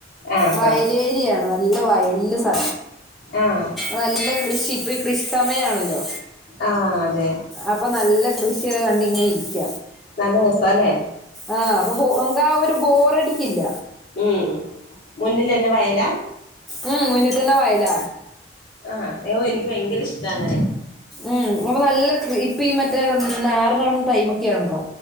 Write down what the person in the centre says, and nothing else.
വയൽ
ഏരിയ ആണ് നല്ല വയല് സ
നല്ല കൃഷി ഇപ്പൊ ഈ കൃഷി സമയ ആണല്ലോ
അപ്പൊ നല്ല കൃഷിയക്കെ കണ്ടിങ്ങനെ ഇരിക്ക
ആ അപ്പൊ നമുക്ക് ആ ബോറടിക്കില്ല
ഉം മുന്നിൽ തന്ന വയല
ഉം അപ്പൊ നല്ല ഇപ്പ ഈ മറ്റേ നറാണ ടൈമൊക്കെയ ആണല്ലോ